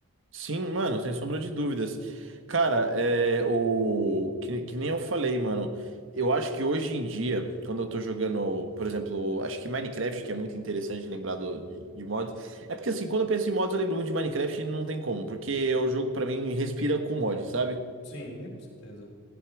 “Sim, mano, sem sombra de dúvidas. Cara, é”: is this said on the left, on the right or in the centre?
Right